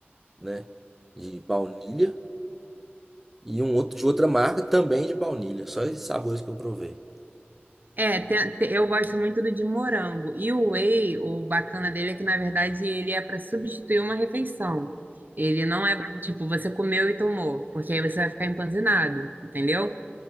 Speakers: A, in the centre; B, on the right.
A: né? De baunilha. E um outro de outra marca também de baunilha. Só esses sabores que eu provei.
B: É, tem- tem- eu gosto muito do de morango. E o whey, o bacana dele é que, na verdade, ele é para substituir uma refeição. Ele não é para, tipo, você comeu e tomou, porque aí você vai ficar empanzinado, entendeu?